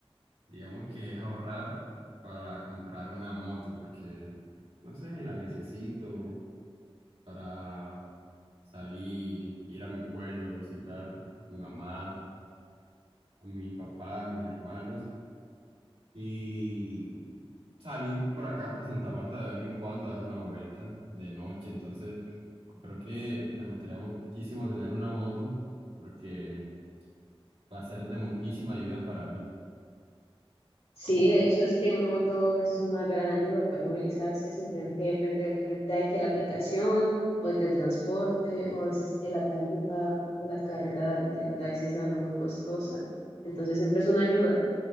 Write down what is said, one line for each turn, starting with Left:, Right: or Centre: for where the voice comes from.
Right: Digamos que es ahorrar para comprar una moto, porque, no sé, la necesito para salir, ir a mi pueblo, visitar a mi mamá, a mi papá, a mis hermanos y salir por acá, por Santa Marta de vez en cuando, a dar una vuelta de noche. Entonces, creo que me gustaría muchísimo tener una moto porque va a ser de muchísima ayuda para mí.
Left: Sí, de hecho es que una moto es una gran ayuda para movilizarse sin tener que depender ya de que la aplicación o de que el transporte o a veces que la tarifa o la carrera del taxi salga muy costosa. Entonces siempre es una ayuda.